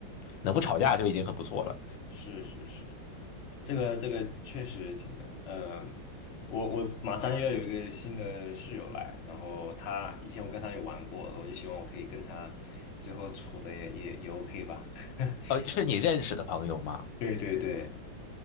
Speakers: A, on the left; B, on the left.
A: 能不吵架就已经很不错了。
B: 是是是，这个这个确实挺难。嗯，我我马上又要有一个新的室友来，然后他以前我跟他也玩过，我就希望我可以跟他之后处的也也也 OK 吧。<laughs>
A: 呃，是你认识的朋友吗？
B: 对对对，